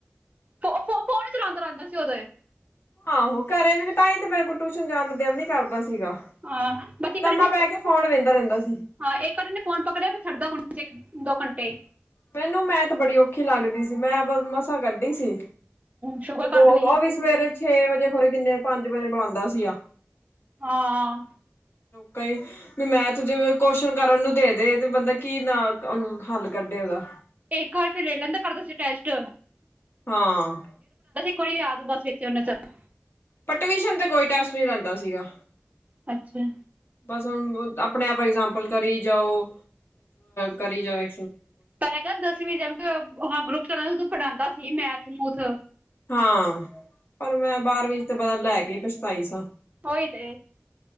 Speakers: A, on the right; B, on the left.
A: ਫ ਫ ਫੋਨ ਚਲਾਂਦਾ ਰਹਿੰਦਾ ਸੀ ਉਹ ਤੇ
B: ਆਹੋ ਘਰੇ ਵੀ ਤਾਂਹੀ ਤੇ ਮੇਰੇ ਕੋਈ ਟਿਊਸ਼ਨ ਜਾਣ ਦਾ ਦਿਲ ਨੀ ਕਰਦਾ ਸੀਗਾ
A: ਹਾਂ ਬਸ ਇੱਕ
B: ਲੰਮਾ
A: ਨੇ
B: ਪੈ ਕੇ ਫੋਨ ਵੇਖਦਾ ਰਹਿੰਦਾ ਸੀ
A: ਹਾਂ, ਇੱਕ ਅਰੀ ਓਨੇ ਫੋਨ ਪਕੜਿਆ ਤੇ ਛੱਡਦਾ ਕੋਣੀ ਇੱਕ ਦੋ ਘੰਟੇ।
B: ਮੈਨੂੰ ਮੈਂਥ ਤੇ ਬੜੀ ਔਖੀ ਲੱਗਦੀ ਸੀ ਮੈਂ ਮਸਾਂ ਕੱਢੀ ਸੀ
A: ਸ਼ੂਗਰ
B: ਅਗੋ
A: ਕੱਢ ਲਈਏ
B: ਉਹ ਵੀ ਸਵੇਰੇ ਛੇ ਵਜੇ ਖਰੇ ਕਿੰਨੇ ਪੰਜ ਵਜੇ ਬੁਲਾਉਂਦਾ ਸੀ ਗਾ
A: ਹਾਂ।
B: ਕਈ ਵੀ ਮੈਥ ਜਿਵੇਂ ਕੋਸ਼ਨ ਕਰਨ ਨੂੰ ਦੇ-ਦੇ ਤੇ ਬੰਦਾ ਕੀ ਨਾ ਉਹਨੂੰ ਹੱਲ ਕੱਢੇ ਉਹਦਾ
A: ਇੱਕ ਵਾਰ ਫੇਰ ਲੈ ਲੈਂਦਾ ਕਰਦਾ ਸੀ ਟੈਸਟ
B: ਹਾਂ,
A: ਕੋਈ ਯਾਦ <unintelligible>
B: ਪਰ ਟਵਿਸ਼ਨ ਤੇ ਕੋਈ ਟੈਸਟ ਨਹੀਂ ਲੈਂਦਾ ਸੀਗਾ
A: ਅੱਛਾ
B: ਬਸ ਹੁਣ ਆਪਣੇ ਆਪ ਇਗਜਾਂਪਲ ਕਰੀ ਜਾਓ ਕਰੀ ਜਾਏ।
A: ਪਹਿਲਾਂ ਕਹਿ ਦਸਵੀਂ ਜੀ ਗਰੁੱਪ ਚ ਸੀ ਉਦੋਂ ਪੜ੍ਹਾਂਦਾ ਸੀ ਮੈਥ ਮੂਥ
B: ਹਾਂ ਪਰ ਮੈਂ ਬਾਰਵੀਂ ਤੇ ਪਤਾ ਲੈ ਕੇ ਪਛਤਾਈ ਸਾਂ
A: ਹੋਈ ਤੇ